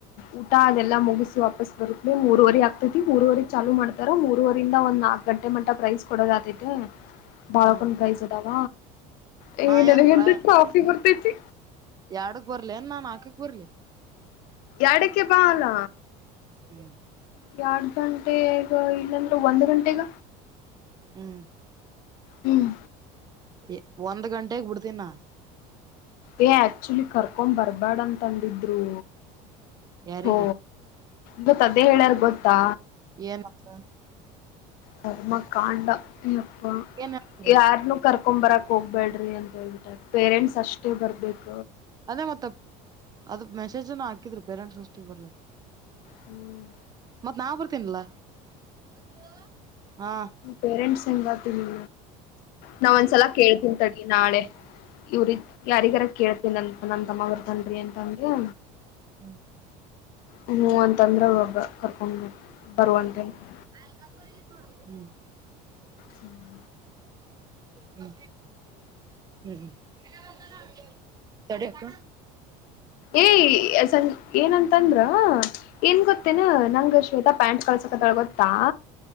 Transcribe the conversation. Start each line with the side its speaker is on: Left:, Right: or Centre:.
Left: ಊಟ ಅದೆಲ್ಲ ಮುಗಿಸಿ ವಾಪಸ್ ಬರುತ್ಲೆ ಮೂರುವರಿ ಆಗ್ತೈತಿ ಮೂರುವರಿ ಚಾಲು ಮಾಡ್ತಾರ ಮೂರುವರಿಂದ ಒಂದ ನಾಲ್ಕು ಗಂಟೆ ಮಟ್ಟ ಪ್ರೈಸ್ ಕೊಡೋದ ಆತೈತ. ಬಾಳಕೊಂಡ
Right: ಹ
Left: ಫ್ರೈಸ್ಇದಾವ ಹೇ
Right: ನಾ
Left: ನನಗ
Right: ಏನಪ್ರ
Left: ಒಂದ ಟ್ರೋಫಿ ಬರ್ತೈತಿ.
Right: ಎರಡಕ್ ಬರ್ಲೆನ್ ನಾ ನಾಕಕ್ ಬರ್ಲಿ.
Left: ಎಡಕ್ಕೆ ಬಾ ಅಲ್ಲ.
Right: ಹ್ಮ.
Left: ಎರಡ್ ಗಂಟೆಗ ಇಲ್ಲಂದ್ರ ಒಂದ್ ಗಂಟೆಗ.
Right: ಹ್ಮ್
Left: ಹ್ಮ್
Right: ಏ ಒಂದ್ ಗಂಟೆಗ್ ಬಿಡ್ತೀನ ನಾ
Left: ಏ ಆಕ್ಚುಲಿ ಕರ್ಕೊಂಡು ಬರ್ಬ್ಯಡ ಅಂತ ಅಂದಿದ್ರು.
Right: ಯಾರಿಗೆ
Left: ಓ ಗೊತ್ತ ಅದೇ ಹೇಳ್ಯಾರ ಗೊತ್ತಾ.
Right: ಏನಂತ.
Left: ಕರ್ಮ ಕಾಂಡಾ ಅಪ್ಪ
Right: ಏನ್ ಹೇಳ್ತಾರ
Left: ಯಾರನ್ನುು ಕರ್ಕೊಂಡು ಬರಕ್ ಹೋಗ್ಬ್ಯಾಳ್ರಿ ಹೇಳ್ಬಿಟರಿ ಪೇರೆಂಟ್ಸ್ ಅಷ್ಟೇ ಬರ್ಬೇಕ.
Right: ಅದೇ ಮತ್ ಅದಕ್ ಮೆಸೇಜ್ನ ಹಾಕಿದ್ರು ಪೇರೆಂಟ್ಸ್ ಮೀಟಿಂಗ್ ಬರ್ಲ
Left: ಹ್ಮ್
Right: ಮತ್ ನಾ ಬರ್ತೀನಲ್ಲ ಮಂಜು ಹ
Left: ಪೇರೆಂಟ್ಸ್ ಇರಲಾಕಿಲ ನಾ ಒಂದ್ಸಲ ಕೇಳ್ತೀನಿ ತಡಿ ನಾಳೆ ಇವ್ರಿಗ್ ಯಾರಿಗಾರ ಕೇಳ್ತೇನ ನನ್ ತಮ್ಮ ಬರ್ತಾನ್ರಿ ಅಂತ ಅಂದ
Right: ಹ್ಮ್
Left: ಹ್ಮ ಅಂತಂದ್ರ ಒಬ್ಬ ಕರ್ಕೊಂಡ್ ಬರುವ <unintelligible>
Right: ಅಲ್ ರಂಗೋಲಿ ಐತ್ ನೋಡ್ ಉರಾಗ್ ಹ್ಮ್
Left: ಹ್ಮ್
Right: ಹ್ಮ ಹ್ಮ್ ಹ್ಮ್ <unintelligible> ತಡಿ ಅಕ್ಕ.
Left: ಏಯ <unintelligible> ಏನಂತಂದ್ರ. ಏನ್ ಗೊತ್ತೇನ ನಂಗ ಶ್ವೇತಾ ಪ್ಯಾಂಟ್ ಕಳ್ಸಕತಳ ಗೊತ್ತಾ.